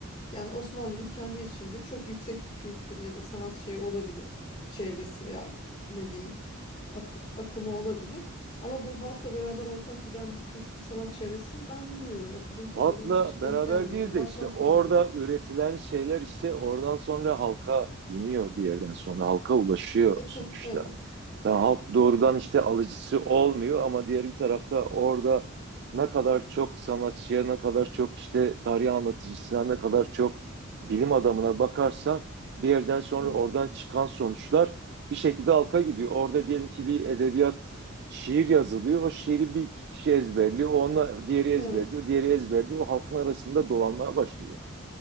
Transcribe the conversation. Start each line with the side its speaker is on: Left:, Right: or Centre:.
Left: Yani Osmanlı'nın kendi içinde çok yüksek bir kültürü ya da sanat şeyi olabilir. Çevresi veya ne diyeyim ak- akımı olabilir. Ama bu halkla beraber ortak giden bir kültür sanat çevresi ben bilmiyorum. Okuduğum kadarıyla
Right: Halkla
Left: hiç
Right: beraber
Left: denk gelmedim.
Right: değil de
Left: Bakmak
Right: işte orada
Left: lazım.
Right: üretilen şeyler işte oradan sonra halka iniyor bir yerden sonra halka ulaşıyor
Left: Ete,
Right: sonuçta.
Left: evet.
Right: Tamam, halk doğrudan
Left: Evet.
Right: işte alıcısı olmuyor ama diğer bir tarafta orada ne kadar çok sanatçıya, ne kadar çok işte tarih anlatıcısına, ne kadar çok bilim adamına bakarsan bir yerden sonra
Left: Hı hı.
Right: oradan çıkan sonuçlar bir şekilde halka gidiyor. Orada diyelim ki bir edebiyat Şiir yazılıyor. O şiiri bir iki kişi ezberliyor. Ona diğeri ezberliyor.
Left: Evet.
Right: Diğeri ezberliyor. O halkın arasında dolanmaya başlıyor.